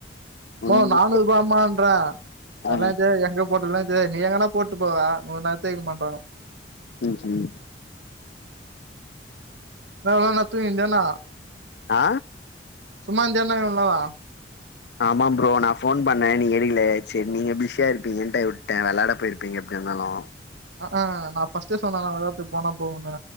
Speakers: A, on the left (about 65°); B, on the right (about 85°).
A: ஒன்னு
B: ம்மோ நானூ வாம்மாறே அதெல்லா
A: ஆ
B: எத்து எங்கியோ போட்ட எல்லா தெரியாது நீ எங்கனா போட்டு போவ உக்கு எடுத்து வைக்கனுமான்றங்க
A: ம் ஹ்ம்
B: இவ்ளோ நேர என்னா தூங்கிட்ருந்தியா என்ன
A: ஆ
B: சும்மா இருந்தாய என இவ்வளோ நேர
A: ஆமாம் ப்ரோ நா ஃபோன் பண்ணே நீ எடிக்கல சேரி நீங்க பிஸியா இருப்பீங்கிட்ட விட்டே விளாட போயிரபே பிங்க எப்டியா இருந்தாலு
B: அஹன் நா பஃர்ஸ்டே சொன்னே நா விளாத்துக்கு போனா போவான்னு